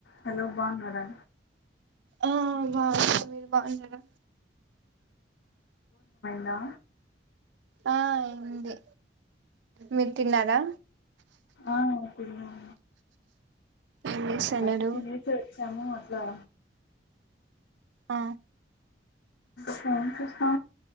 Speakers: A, on the left (about 80°); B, on the right (about 75°).
A: Hello బావున్నారా
B: ఆ బాగు మీరు బాగున్నార
A: ఇలా
B: ఆ ఐంది మీరు తిన్నారా.
A: ఆ తిన్నం
B: ఏం చేస్తున్నారు
A: బక తినేసి వచ్చాము. ఇలా
B: ఆ
A: సౌండ్స్ వస్తా